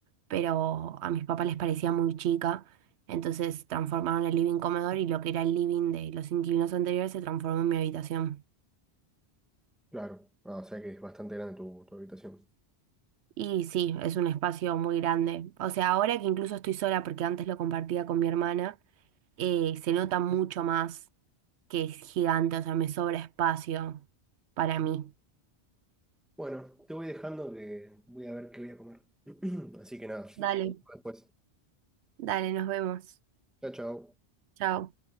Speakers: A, on the right (about 80°); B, in the centre.
A: pero a mis papás les parecía muy chica, entonces transformaron el living comedor y lo que era el living de los inquilinos anteriores se transformó en mi habitación.
B: Claro, Ah, o sea que es bastante grande tu, tu habitación.
A: Y sí, es un espacio muy grande. O sea, ahora que incluso estoy sola, porque antes lo compartía con mi hermana, eh, se nota mucho más que es gigante, o sea, me sobra espacio para mí.
B: Bueno, te voy dejando que voy a ver qué voy a comer. <clears throat> Así que nada, nos
A: Dale,
B: vemos después.
A: dale, nos vemos.
B: Chao, chao.
A: Chao.